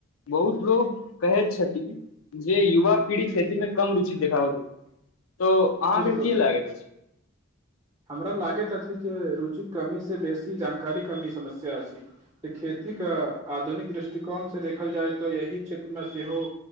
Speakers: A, on the left; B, on the right.
A: बहुत लोग कहैत छथि, जे युवा पीढ़ी खेती मे कम रुचि देखाबैत तऽ अहाँके
B: बिल्कुल
A: की लागैत अछि?
B: हमरा लागैत अछि जे रुचिक कमी से बेसी जानकारीक कमीक समस्या अछि। खेती के आधुनिक दृष्टिकोण से देखल जाय तऽ एही क्षेत्र मे सेहो